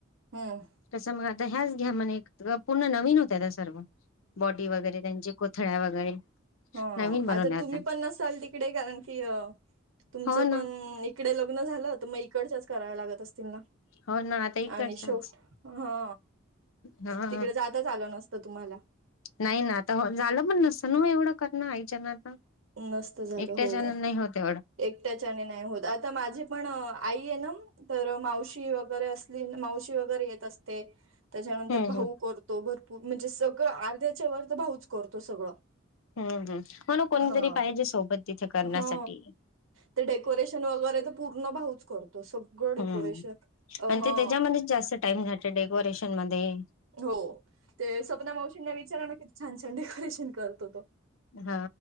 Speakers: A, on the right (about 80°); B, on the left (about 80°).
A: हम्म.
B: कसं मग आता ह्याच घ्या म्हणे, पूर्ण नवीन होतता सर्व. बॉडी वगैरे त्यांचे कोथळ्या वगैरे,
A: ह
B: नवीन बनवल्या
A: आता
B: होत्या
A: तुम्ही पण नसाल तिकडे, कारण की अ, तुमचं
B: हो ना
A: पण इकडे लग्न झालं, तर मग इकडच्याच कराव लागत असतील ना,
B: हो ना, आता इकडच्याच
A: आणि शोट हा
B: हा
A: तिकडे जाताच, आलं नसतं तुम्हाला.
B: नाही ना आता झालं पण नसतं, न एवढं कर, आईच्या आच्याण आता,
A: नसतं झालं
B: एकट्या
A: हो
B: जण नाही होते.
A: एकट्याच्याने नाही होत, आता माझी पण आई आहे ना, तर मावशी वगैरे असते. मावशी वगैरे येत असते, त्याच्यानंतर
B: हम्म
A: भाऊ
B: हम्म
A: करतो भरपूर, म्हणजे सगळं अर्ध्याच्या वर्ध भाऊच करतो सगळं.
B: हम्म हम् म्हण कोणीतरी
A: हा
B: पाहिजे, सोबत तिथे करण्यासाठी.
A: हा ते डेकोरेशन वगैरे तर पूर्ण भाऊच करतो. सगळं डेकोरेशन
B: हम्म
A: अ
B: आणि
A: हा
B: ते त्याच्यामध्येच जास्त टाइम झा डेकोरेशन मध्ये.
A: हो ते स्वपना मावशींना विचारा ना कि छान छान डेकोरेशन करतो तो
B: हा